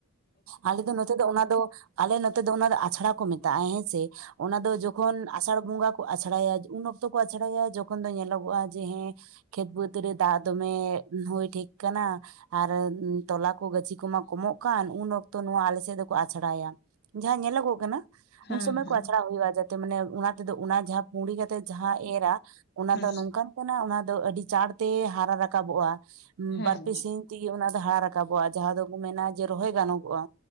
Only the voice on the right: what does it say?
ᱟᱞᱮ ᱫᱚ ᱱᱚᱛᱮ ᱫᱚ ᱚᱱᱟ ᱫᱚ ᱟᱞᱮ ᱱᱚᱛᱮ ᱫᱚ ᱚᱱᱟ ᱫᱚ, ᱟᱪᱷᱲᱟ ᱠᱚ ᱢᱮᱛᱟᱜᱼᱟ ᱦᱮᱸ ᱥᱮ᱾ ᱚᱱᱟ ᱫᱚ ᱡᱚᱠᱷᱚᱱ ᱟᱥᱟᱬ ᱵᱚᱸᱜᱟ ᱟᱪᱷᱲᱟᱭᱟ ᱩᱱ ᱚᱠᱛᱚ ᱠᱚ ᱟᱪᱲᱟᱭᱟ ᱡᱚᱠᱷᱚᱱ ᱫᱚ ᱧᱮᱞᱚᱜᱼᱟ, ᱡᱮ ᱦᱮᱸ ᱠᱷᱮᱛ ᱵᱟᱹᱫᱽ ᱨᱮ ᱫᱟᱜ ᱫᱚᱢᱮ, ᱦᱩᱭ ᱴᱷᱤᱠ ᱠᱟᱱᱟ᱾ ᱟᱨ ᱛᱚᱞᱟ ᱠᱚ, ᱜᱟᱹᱪᱷᱤ ᱠᱚᱢᱟ ᱠᱚᱢᱚᱜ ᱠᱟᱱ ᱩᱱ ᱚᱠᱛᱚ ᱱᱚᱣᱟ ᱟᱞᱮᱥᱮᱫ ᱫᱚᱠᱚ ᱟᱪᱷᱲᱟᱭᱟ᱾ ᱡᱟᱦᱟᱸ ᱧᱮᱞᱚᱜ ᱜᱚ ᱠᱟᱱᱟ᱾
ᱩᱱ ᱥᱚᱢᱚᱭ
ᱠᱚ ᱟᱪᱷᱲᱟᱣ ᱦᱩᱭᱩᱜᱼᱟ, ᱡᱟᱛᱮ ᱢᱟᱱᱮ ᱚᱱᱟ ᱛᱮᱫᱚ ᱚᱱᱟ ᱡᱟᱦᱟᱸ ᱜᱩᱸᱲᱤ ᱠᱟᱛᱮ ᱡᱟᱦᱟᱸ ᱮᱨᱟ, ᱚᱱᱟ
ᱫᱚ ᱱᱚᱝᱠᱟᱱ ᱚᱱᱟ ᱚᱱᱟ ᱫᱚ ᱟᱹᱰᱤ ᱪᱟᱲ ᱛᱮ ᱦᱟᱨᱟ ᱨᱟᱠᱟᱵᱚᱜᱼᱟ᱾
ᱵᱟᱨᱯᱮ ᱥᱤᱱ ᱛᱮᱜᱮ ᱚᱱᱟ ᱫᱚ ᱦᱟᱨᱟ ᱨᱟᱠᱟᱵᱚᱜᱼᱟ, ᱡᱟᱦᱟᱸ ᱫᱚᱠᱚ ᱢᱮᱱᱟ ᱡᱮ ᱨᱚᱦᱚᱭ ᱜᱟᱱᱚᱜᱚᱜᱼᱟ᱾